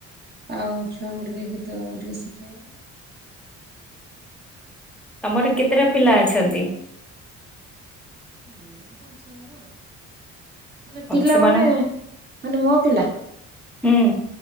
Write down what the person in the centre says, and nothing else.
ତମର କେତେଟା ପିଲା ଅଛନ୍ତି?
ସେମାନଙ୍କୁ
ହୁଁ